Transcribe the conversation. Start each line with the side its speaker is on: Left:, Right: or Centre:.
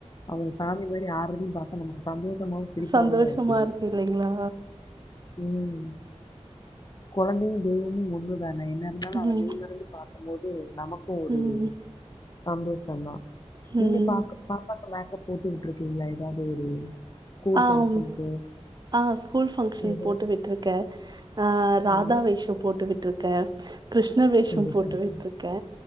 Left: அவுங்க சாமி மாரி ஆட்றதையு பாக்க நமக்கு சந்தோஷமாவு சிரிப்பாவு
Right: சந்தோஷமா
Left: தா இருக்குது
Right: இருக்கு இல்லைங்களா
Left: ம் கொழந்தையு தெய்வமு ஒண்ணுதான என்ன இருந்தாலு
Right: ம்
Left: அ வலிமறந்து பாக்கும் போது நமக்கு ஒரு
Right: ம்
Left: சந்தோஷந்தா
Right: ம்
Left: நீங்க பாக்கு பாப்பாக்கு மேக்கப் போட்டு விட்ருக்கீங்களா எதாவது ஒரு ஸ்கூல்
Right: ஆமா
Left: ஃபங்ஷனுக்கு
Right: ஆ ஸ்கூல் ஃபங்ஷனுக்
Left: எதோ
Right: போட்டு விட்ருக்கே ஆ ராதா
Left: ம்.
Right: வேஷோ போட்டு விட்ருக் கே கிருஷ்ண வேஷோ
Left: சரி
Right: போட்டு
Left: சார்.
Right: விட்ருக்கே